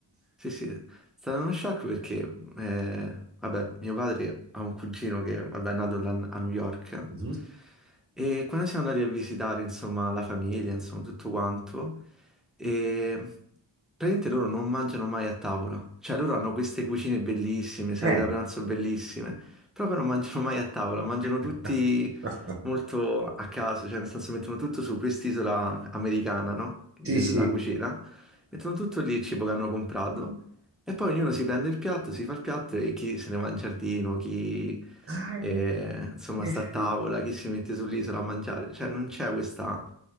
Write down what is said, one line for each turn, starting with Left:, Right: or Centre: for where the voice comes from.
Centre: Sì, sì, è stato uno shock perché, eh, vabbè, mio padre ha un cugino che, vabbè, è nato là a New York
Right: Mhm.
Centre: e quando siamo andati a visitare, insomma, la famiglia, insomma, tutto quanto, e praticamente loro non mangiano mai a tavola. Cioè, loro hanno queste cucine bellissime, sale
Right: Eh.
Centre: da pranzo bellissime, però poi non mangiano mai a tavola, mangiano tutti
Right: <laughs>
Centre: molto a caso, cioè nel senso mettono tutto su quest'isola americana, no? De-
Right: Sì, sì.
Centre: della cucina, mettono tutto lì il cibo che hanno comprato e poi ognuno si prende il piatto, si fa il piatto e chi se ne va in giardino, chi
Right: Ah,
Centre: eh,
Right: eh,
Centre: insomma
Right: eh
Centre: sta a tavola,
Right: sì.
Centre: chi si mette sull'isola a mangiare, cioè non c'è questa